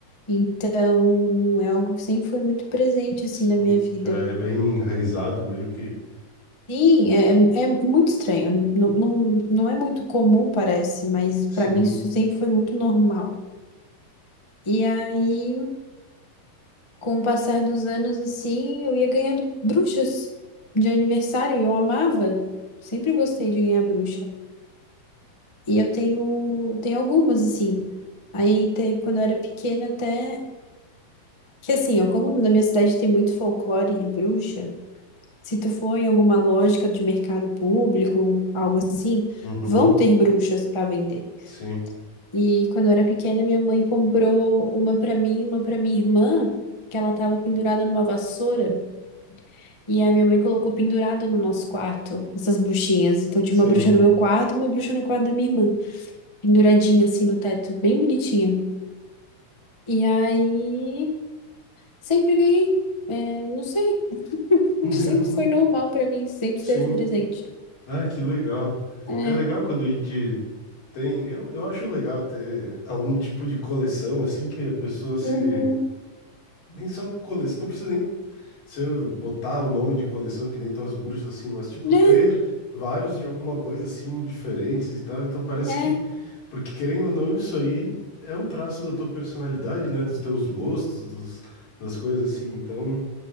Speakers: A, on the left; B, on the left.
A: Então, é algo que sempre foi muito presente, assim,
B: sim.
A: na minha vida.
B: Já é bem enraizado, meio que.
A: Sim, é, é muito estranho. Não, não, não é muito comum, parece, mas
B: Sim.
A: para mim isso sempre foi muito normal. E aí, com o passar dos anos, assim, eu ia ganhando bruxas de aniversário. Eu amava. Sempre gostei de ganhar bruxa. E eu tenho, tenho algumas, assim. Aí, teve, quando eu era pequena, até. Que assim, ó, como na minha cidade tem muito folclore de bruxa, se tu for em alguma lógica de mercado público, algo assim,
B: Uhum.
A: vão ter bruxas para vender.
B: Sim.
A: E quando eu era pequena, minha mãe comprou uma para mim, e uma para minha irmã, que ela tava pendurada numa vassoura, e a minha mãe colocou pendurada no nosso quarto, essas bruxinhas. Então tinha
B: Sim.
A: uma bruxa no meu quarto e uma bruxa no quarto da minha irmã, penduradinha assim no teto, bem bonitinha. E aí Sempre ganhei. É, não sei. <laughs>
B: <laughs>
A: Sempre foi normal pra mim, sempre
B: Sim.
A: esteve presente.
B: Ah, que legal.
A: É,
B: É legal quando a gente tem. Eu, eu acho legal ter algum tipo de coleção, assim, que a pessoa se.
A: uhum,
B: Nem só coleção, não precisa nem Se eu botar o nome de coleção, que nem tuas bruxas, assim, mas, tipo,
A: né?
B: ter vários de alguma coisa, assim, diferentes e tal, então parece
A: É,
B: que, porque querendo ou não, isso aí é um traço da tua personalidade, né, dos teus gostos, dos, das coisas, assim, então